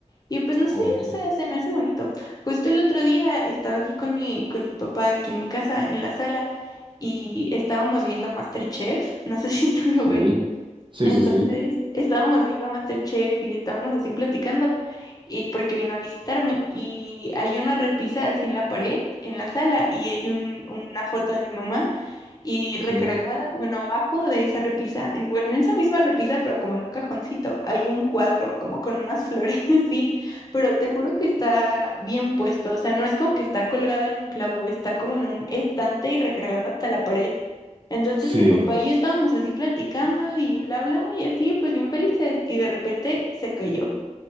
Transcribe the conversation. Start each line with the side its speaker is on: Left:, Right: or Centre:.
Left: Y pues no
Right: Ok.
Left: sé, o sea, se me hace bonito. Justo el otro día estaba aquí con mi, con mi papá, aquí en mi casa, en la sala y estábamos viendo MasterChef, no sé <laughs> si tú lo
Right: Sí.
Left: ves,
Right: Sí,
Left: entonces
Right: sí, sí.
Left: estábamos viendo MasterChef y estábamos así platicando, y porque vino a visitarme, y hay una repisa así en la pared, en la sala, y hay un- una foto de mi mamá, y
Right: Sí.
Left: recargada, bueno, abajo de esa repisa, en, bueno, en esa misma repisa, pero como en un cajoncito, hay un cuadro como con unas flores <laughs> así, pero te juro que está bien puesto, o sea, no es como que está colgado en un clavo, está como en un estante y recargado hasta la pared. Entonces
Right: Sí.
Left: mi papá y yo estábamos así platicando y bla, bla, y así, pues bien felices, y de repente se cayó.